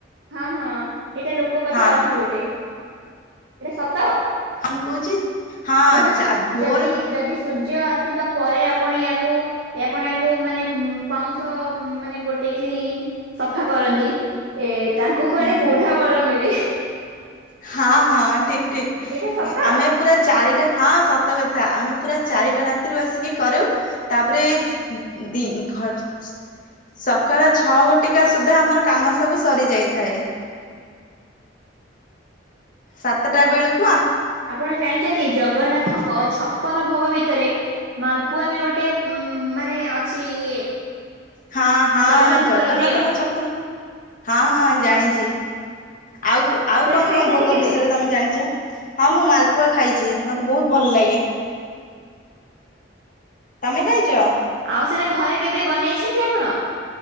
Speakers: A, on the right; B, on the left.
A: ହଁ ହଁ ଏଇଟା ଲୋକ କଥା
B: ହଁ
A: ଅଛି ଗୋଟେ। ଏଟା ସ ତ,
B: ମୁଁ କହୁଛି ହଁ
A: କୁହନ୍ତି
B: ଚା ଭୋର
A: ଯଦି ଯଦି ସୂର୍ଯ୍ୟ ଆସିବା ପରେ ଆପଣ ୟାକୁ ଆପଣ ୟାକୁ ମାନେ ପାଉଁଶ ମାନେ ଗୋଟେଇକି ସଫା କରନ୍ତି, ଏ ତାଙ୍କୁ କୁଆଡେ
B: ହୁଁ
A: ବୁଢା ବର ମିଳେ।
B: ହଁ ହଁ ଠିକ୍ ଠିକ୍
A: ଏଇଟା ସତ?
B: ଆମେ ପୁରା ଚାରିଟା ହଁ ସତ କଥା। ଆମେ ପୁରା ଚାରିଟା ରାତିରୁ ଆସିକି କରୁ। ତାପରେ ଦି। <unintelligible> ସକାଳ ଛଅ ଘଟିକା ସୁଦ୍ଧା ଆମର କାମ ସବୁ ସରି ଯାଇଥାଏ।
A: <inaudible>
B: ସାତଟା ବେଳୁକୁ
A: ଆପଣ ଜାଣିଛନ୍ତି ଜଗନ୍ନାଥଙ୍କ ଛପନ ଭୋଗ ଭିତରେ ମାଲପୁଆ ବି ଗୋଟେ ଉ ମାନେ ଅଛି ଇଏ।
B: ହଁ ହଁ
A: ଜଗନ୍ନାଥଙ୍କର
B: ଜଗନ୍ନାଥଙ୍କ
A: ପ୍ରିୟ
B: ଛପନ ହଁ ହଁ ଜାଣିଚି। ଆଉ ଆଉ
A: ସେଟା
B: କଣ
A: ଖାଇଛନ୍ତି
B: କଣ ଭୋଗ
A: କେବେ
B: ବିଷୟରେ ତମେ ଜାଣିଛ? ହଁ ମୁଁ ମାଲପୁଆ ଖାଇଚି। ମତେ ବହୁତ ଭଲ ଲାଗେ। ତମେ ଖାଇଚ?
A: ଆଉ ସେଟା ଘରେ କେବେ ବନେଇଛନ୍ତି ଆପଣ?